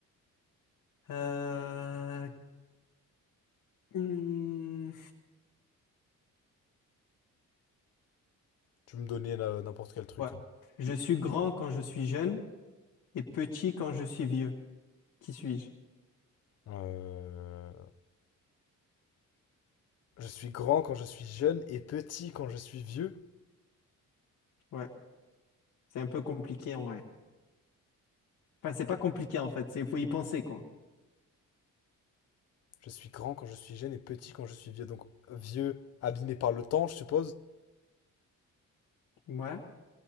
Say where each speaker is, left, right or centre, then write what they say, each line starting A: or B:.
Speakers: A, on the left; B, on the left.
A: Euh... hmm.
B: Tu me donnais là, n'importe quel truc.
A: Ouais.
B: hein.
A: Je suis grand quand je suis jeune et petit quand je suis vieux. Qui suis-je?
B: Euh, Je suis grand quand je suis jeune et petit quand je suis vieux.
A: Ouais. C'est un peu compliqué en vrai. Enfin, c'est pas compliqué en fait, c'est faut y penser quoi.
B: Je suis grand quand je suis jeune et petit quand je suis vieux. Donc vieux, abîmé par le temps, je suppose.
A: Ouais.